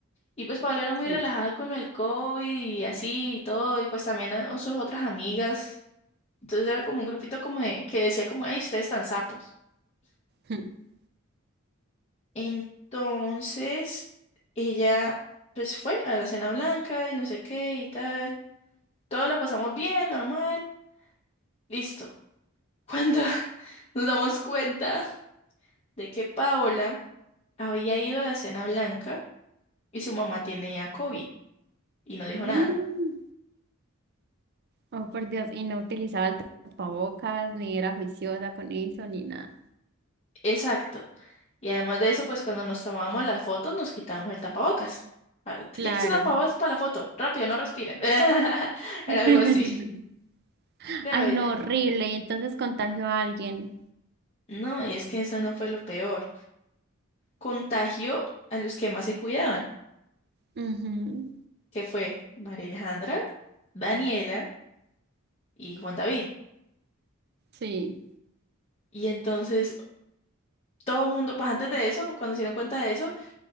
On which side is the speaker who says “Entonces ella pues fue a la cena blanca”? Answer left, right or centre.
Left